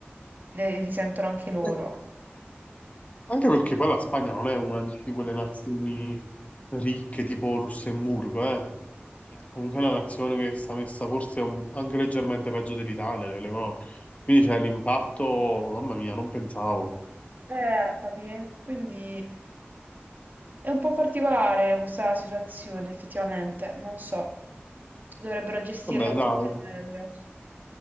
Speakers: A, on the right; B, on the left.
A: ne risentono anche loro.
B: eh, anche perché poi la Spagna non è una di quelle nazioni ricche tipo Lussemburgo, eh. Cioè, Comunque è una nazione che sta messa forse un- anche leggermente peggio dell'Italia, delle cose. Quindi c'è l'impatto, mamma mia, non pensavo.
A: Eh, capì? Quindi È un po' particolare questa situazione, effettivamente, non so. Dovrebbero gestirla
B: Vabbè,
A: un
B: dai.
A: pochino meglio.